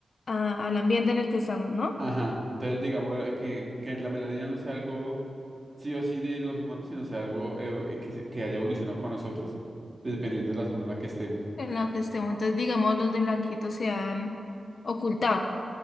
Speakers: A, on the left (about 55°); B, on the right (about 25°).
A: a- al ambiente en el que estamos, ¿no?
B: Ajá, entonces digamos eh, que, que la melanina no sea algo sí o sí de los humanos, sino sea algo eh, eh, que, se- que haya evolucionado con nosotros, dependiendo de la zona en la que estemos.
A: En la que estemos. Entonces, digamos, los de blanquito se han ocultado.